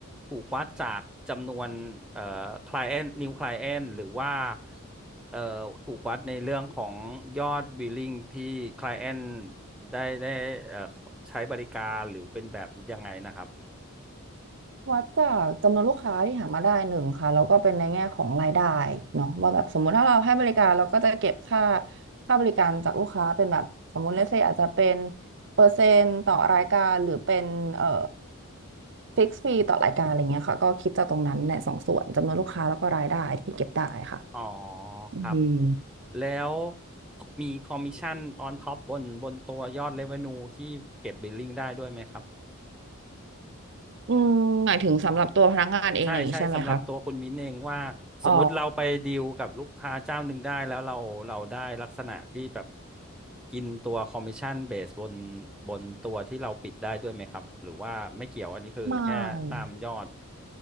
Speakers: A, in the centre; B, on the right.
A: ถูกวัดจากจำนวนเอ่อ client new client หรือว่าเอ่อถูกวัดในเรื่องของยอด billing ที่ client ได้ได้เอ่อใช้บริการหรือเป็นแบบยังไงนะครับ
B: วัดจากจำนวนลูกค้าที่หามาได้หนึ่งค่ะแล้วก็เป็นในแง่ของรายได้เนาะว่าแบบสมมุติถ้าเราให้บริการเราก็จะเก็บค่าค่าบริการจากลูกค้าเป็นแบบสมมุติเลเซอาจจะเป็นเปอร์เซ็นต์ต่อรายการหรือเป็นเอ่อฟิกซ์ฟรีต่อรายการอะไรเงี้ยค่ะก็คิดจากตรงนั้นในสองส่วนจำนวนลูกค้าแล้วก็รายได้ที่เก็บได้ค่ะ
A: อ๋อ
B: อืม
A: ครับแล้วมีคอมมิชชั่น on top บนบนตัวยอด revenue ที่เก็บ billing ได้ด้วยไหมครับ
B: อืมหมายถึงสำหรับตัวพนักงานเองอะไรอย่างงี้ใช่ไหมคะ
A: ใช่ใช่สำหรับตัวคุณมิ้นเองว่าสมมุติเราไปดีลกับลูกค้าเจ้าหนึ่งได้แล้วเราเราได้ลักษณะที่แบบ
B: อ๋อ
A: กินตัวคอมมิชชั่นเบสบนบนตัวที่เราปิดได้ด้วยไหมครับหรือว่าไม่เกี่ยวอันนี้คือแค่ตามยอด
B: ไม่